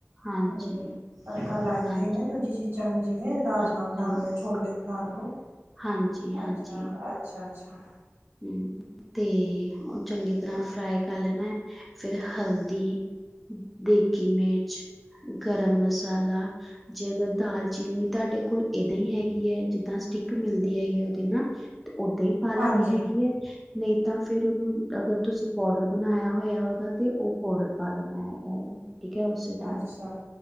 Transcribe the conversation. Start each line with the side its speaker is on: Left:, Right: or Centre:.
Centre: ਹਾਂਜੀ
Right: ਜਿਵੇਂ ਤੜਕਾ ਲਾਈ
Centre: ਹਾਂਜੀ
Right: ਦਾ ਹੀ ਨਾ ਦੂਜੀ ਚੀਜ਼। ਚਾਨਣ। <unintelligible> ਜਿਵੇਂ ਰਾਜਮਾਂ
Centre: ਹਾਂ
Right: ਬਣਾ
Centre: ਹਾਂਜੀ
Right: ਲੇ ਛੋਲੇ ਬਣਾ ਲਓ।
Centre: ਹਾਂਜੀ ਹਾਂਜੀ।
Right: ਅੱਛਾ ਅੱਛਾ ਅੱਛਾ
Centre: ਹੂੰ ਤੇ ਉਹ ਚੰਗੀ ਤਰ੍ਹਾਂ ਫਰਾਏ ਕਰ ਲੈਣਾ ਹੈ। ਫਿਰ ਹਲਦੀ। ਦੇਗੀ ਮਿਰਚ ਗਰਮ ਮਸਾਲਾ ਜੇਗਰ ਦਾਲਚੀਨੀ ਤੁਹਾਡੇ ਕੋਲ ਇੱਦਾਂ ਹੀ ਹੈਗੀ ਹੈ ਜਿੱਦਾਂ ਸਟਿੱਕ ਮਿਲਦੀ ਹੈਗੀ ਉਹਦੀ ਨਾ ਤੇ ਓ ਦਹੀਂ ਪਾਲਣ
Right: ਹਾਂਜੀ
Centre: ਨ ਹੈਗੀ ਹੈ <unintelligible> ਨਹੀਂ ਤਾਂ ਫਿਰ ਉਹਨੂੰ ਅਗਰ ਤੁਸੀਂ ਪਾਊਡਰ ਬਣਾਇਆ ਹੋਇਆ ਉਹਦਾ ਤਾਂ ਉਹ ਪਾਊਡਰ ਪਾ ਲੈਣਾ ਹੈਗਾ ਆ ਠੀਕਕੇ ਹੋਛ ਦਾਮ
Right: ਅੱਛਾ